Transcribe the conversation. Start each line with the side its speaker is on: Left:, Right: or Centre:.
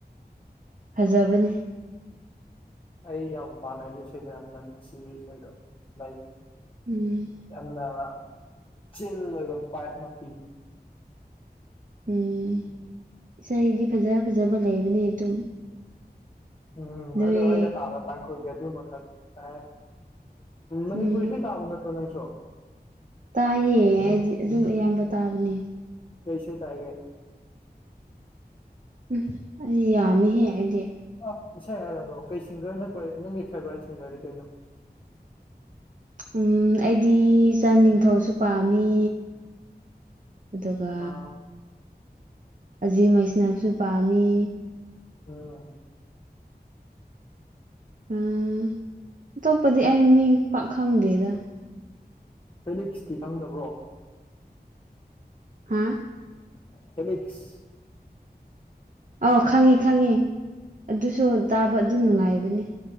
Right: ꯐꯖꯕꯅꯤ
Left: ꯑꯩ ꯌꯥꯝ ꯄꯥꯝꯃꯦ ꯑꯗꯨ ꯏꯁꯩꯗꯣ ꯌꯥꯝ ꯅ ꯅꯨꯡꯁꯤ ꯏꯁꯩꯗꯣ ꯂꯥꯏꯛ
Right: ꯎꯝ
Left: ꯌꯥꯝꯅ ꯆꯤꯟ ꯑꯣꯏꯕ ꯄꯥꯏꯞ ꯑꯃ ꯄꯤ
Right: ꯎꯝ ꯏꯁꯩꯗꯤ ꯐꯖ ꯐꯖꯕ ꯂꯩꯕꯅꯦ ꯑꯗꯨꯝ
Left: ꯎꯝ
Right: ꯅꯣꯏ
Left: ꯑꯗꯣ ꯑꯩꯅ ꯇꯥꯕꯗ ꯇꯥꯡꯈꯨꯜꯒꯤ ꯑꯗꯨꯃꯈꯛ ꯇꯥꯏ ꯃꯅꯤꯄꯨꯔꯤ
Right: ꯎꯝ
Left: ꯏꯁꯩ ꯇꯥꯕ ꯅꯠꯇ꯭ꯔꯣ ꯅꯪꯁꯨ
Right: ꯇꯥꯏꯌꯦ ꯍꯥꯏꯗꯤ ꯑꯗꯨꯝ ꯑꯌꯥꯝꯕ ꯇꯥꯕꯅꯦ
Left: ꯀꯩ ꯏꯁꯩ ꯇꯥꯔꯤꯒꯦ
Right: ꯎꯝ ꯑꯩ ꯌꯥꯝꯃꯤꯍꯦ ꯑꯩꯗꯤ
Left: ꯑ ꯏꯁꯩ ꯍꯥꯏꯔꯅꯣ ꯀꯩ ꯁꯤꯡꯒꯔ ꯅꯈꯣꯏ ꯅꯪꯒꯤ ꯐꯦꯕꯣꯔꯥꯏꯠ ꯁꯤꯡꯒꯔꯗꯤ ꯀꯩꯅꯣ
Right: ꯎꯝ ꯑꯩꯗꯤ ꯆꯟ ꯅꯤꯡꯊꯧꯁꯨ ꯄꯥꯝꯃꯤ ꯑꯗꯨꯒ
Left: ꯑ
Right: ꯑꯖꯤ ꯃꯩꯁꯅꯥꯝꯁꯨ ꯄꯥꯝꯃꯤ
Left: ꯑꯣ
Right: ꯎꯝ ꯑꯇꯣꯞꯄꯗꯤ ꯑꯩ ꯃꯤ ꯄꯥꯛ ꯈꯪꯗꯦꯗ
Left: ꯐꯦꯂꯤꯛꯁꯇꯤ ꯈꯪꯗꯕ꯭ꯔꯣ
Right: ꯍꯥ
Left: ꯐꯦꯂꯤꯛꯁ
Right: ꯑꯥꯎ ꯈꯪꯉꯤ ꯈꯪꯉꯤ ꯑꯗꯨꯁꯨ ꯇꯥꯕ ꯑꯗꯨꯝ ꯅꯨꯡꯉꯥꯏꯕꯅꯤ